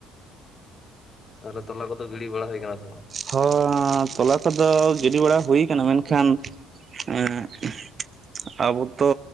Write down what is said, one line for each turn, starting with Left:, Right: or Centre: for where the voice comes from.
Left: ᱛᱟᱦᱞᱮ ᱛᱚᱞᱟ ᱠᱚᱫᱚ ᱜᱤᱲᱤ ᱵᱟᱲᱟ ᱦᱩᱭ ᱠᱟᱱᱟ ᱥᱮ ᱵᱟᱝ?
Right: ᱦᱚ ᱛᱚᱞᱟ ᱠᱚᱫᱚ ᱜᱤᱰᱤ ᱵᱟᱲᱟ ᱦᱩᱭ ᱠᱟᱱᱟ ᱢᱮᱱᱠᱷᱟᱱ <unintelligible> ᱟᱵᱚ ᱛᱚ